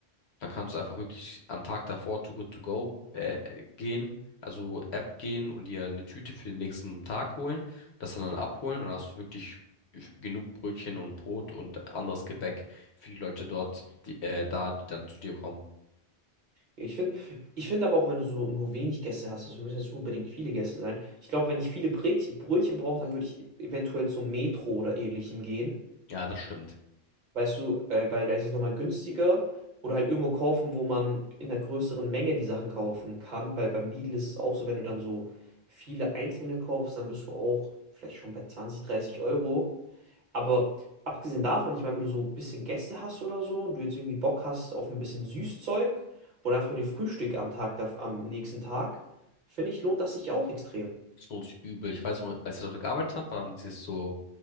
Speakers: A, on the left; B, on the right.
A: dann kannst du einfach wirklich am Tag davor to Good To Go äh, gehen, also App gehen und dir eine Tüte für den nächsten Tag holen, das dann, dann abholen und hast du wirklich genug Brötchen und Brot und anderes Gebäck für die Leute dort, die, äh, da, die dann zu dir kommen.
B: Ja, Ich finde, ich finde aber auch, wenn du so nur wenig Gäste hast, es müssen jetzt nicht unbedingt viele Gäste sein. Ich glaube, wenn ich viele Brötchen, Brötchen brauche, dann würde ich eventuell zum Metro oder ähnlichem gehen.
A: Ja, das stimmt.
B: Weißt du, äh, weil da ist es nochmal günstiger. Oder halt irgendwo kaufen, wo man in einer größeren Menge die Sachen kaufen kann. Weil beim Lidl ist es auch so, wenn du dann so viele einzelne kaufst, dann bist du auch vielleicht schon bei 20 30 Euro. Aber abgesehen davon, ich meine, wenn du so ein bisschen Gäste hast oder so und du jetzt irgendwie Bock hast auf ein bisschen Süßzeug oder einfach den Frühstück am Tag, da- am nächsten Tag, finde ich, lohnt das sich auch extrem.
A: So übel. Ich weiß, als ich dort gearbeitet habe, haben die es so